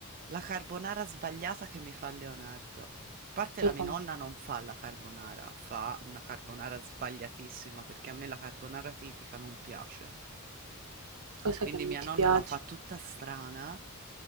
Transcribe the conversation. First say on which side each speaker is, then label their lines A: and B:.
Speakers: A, on the right; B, on the right.
A: la carbonara sbagliata che mi fa Leonardo. A parte la
B: Che
A: mia
B: com-
A: nonna non fa la carbonara, fa una carbonara sbagliatissima perché a me la carbonara tipica non piace.
B: cosa
A: Quindi
B: che non
A: mia
B: ti
A: nonna
B: piace?
A: la fa tutta strana